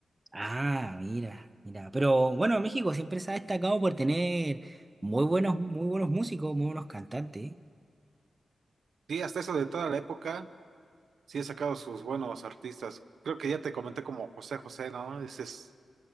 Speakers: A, on the right; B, on the right.
A: Ah, mira, mira. Pero bueno, México siempre se ha destacado por tener muy buenos, muy buenos músicos, muy buenos cantantes.
B: Sí, hasta eso de toda la época, sí he sacado sus buenos artistas. Creo que ya te comenté como José José, ¿no? Ese es